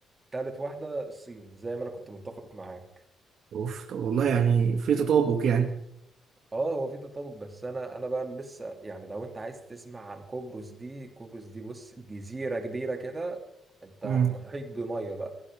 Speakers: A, on the right; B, on the right.
A: تالت واحده الصين زي ما انا كنت متفق معاك
B: اوف طب والله يعني في تطابق يعني
A: اه هو في تطابق بس انا انا بقى لسه يعني لو انت عايز تسمع عن قبرص دي قبرص دي بص جزيرة كبيرة كده انت
B: امم
A: محيط بمية بقى